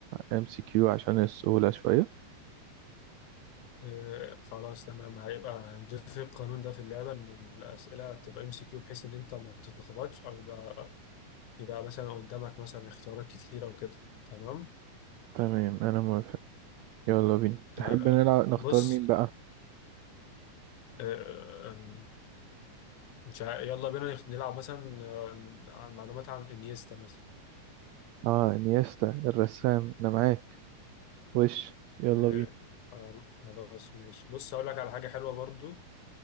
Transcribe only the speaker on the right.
ام سي كيو عشان السهولة شوية
تمام انا موافق يلا بينا تحب
نلعب نختار
مين بقى
اه انيستا الرسام انا معاك وش يلا
بينا